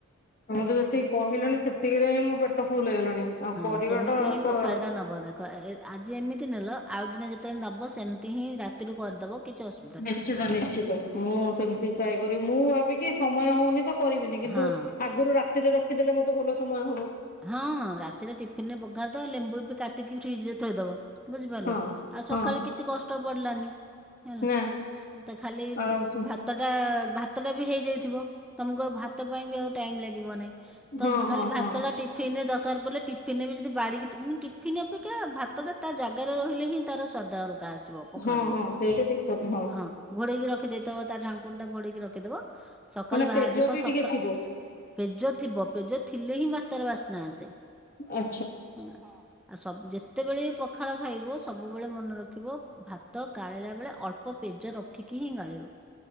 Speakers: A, on the left; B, in the centre.
A: ତମେ ତ ଯେତିକି
B: ହୁଁ।
A: କହିଲଣି ସେତିକିରେ ହିଁ ମୋ ପେଟ ଫୁଲ ହେଇଗଲାଣି। ଆଉ
B: ହଁ
A: କରିବାଟା
B: ସେମିତି ହିଁ
A: ତ
B: ପଖାଳ ଟା ନବା ଦ କ ଆଜି ଏମିତି ନେଲ ଆଉ ଦିନେ ଯେତେବେଳେ ନବ ସେମିତିହିଁ ରାତିରୁ କରିଦବ କିଛି ଅସୁ
A: ନିଶ୍ଚିତ ନିଶ୍ଚିତ ମୁଁ ସେମିତି ଟ୍ରାଏ କରିବି ମୁଁ ଭାବିକି ସମୟ ହଉନିତ କରିବିନି କିନ୍ତୁ
B: ହଁ
A: ଆଗରୁ ରାତିରେ ରଖିଦେଲେ ମତେ ଭଲ ସମୟ ହବ
B: ହଁଁ ରାତିରେ ଟିଫିନରେ ପଘିରିଦବ ଲେମ୍ବୁବି କାଟିକି ଫ୍ରିଜରେ ଥୋଇଦବ ବୁଝିପାରିଲକି
A: ହଁ
B: ଆଉ
A: ହଁ
B: ସକାଳୁ କିଛି କଷ୍ଟ ପଡ଼ିଲାନି ହେଲା।
A: ନା
B: ତ ଖାଲି
A: ଆରାମସେ
B: ଭା ଭାତଟା ଭାତଟାବି ହେଇଯାଇଥିବ ତମକୁ ଆଉ ଭାତ ପାଇଁବି ଆଉ ଟାଇମ୍ ଲାଗିବ ନାଇଁ।
A: ହଁ
B: ତ
A: ହଁ
B: ଖାଲି ଭାତଟା
A: ହଁ
B: ଟିଫିନରେ ଦରକାର୍ ପଡ଼ିଲେ ଟିଫିନରେବି ଯଦି ବାଡ଼ିକି କିନ୍ତୁ ଟିଫିନ୍ ଅପେକ୍ଷା ଭାତଟା ତାଜାଗାରେ ରହିଲେହିଁ ତାର ସ୍ୱାଦ ଅଲଗା ଆସି ବ ପଖାଳ
A: ହଁ
B: ହେଇକି
A: ହଁ ସେଇଟା ଠିକ କଥା
B: ହଁ ହଁ ଘୋଡେଇକି ରଖିଦେଇଥ ତାଢାଙ୍କୁଣିଟା ଘୋଡ଼େଇକି ରଖିଦବ ସକାଳୁ
A: ମାନେ
B: ବାହ
A: ପେଜ
B: ଦେଖ
A: ବି
B: ସକା
A: ଟିକେ ଥିବ
B: ପେଜ ଥିବ ପେଜ ଥିଲେହିଁ ଭାତାର ବାସ୍ନା ଆସେ
A: ଆ
B: ଆଚ୍ଛା ହଁ ଆଉ ସ ଯେତେବେଳେବି ପଖାଳ ଖାଇବ ସବୁବେଳେ ମନେ ରଖିବ ଭାତ ଗାଳିଲା ବେଳେ ଅଳ୍ପ ପେଜ ରଖିକିହିଁ ଗାଳିବ।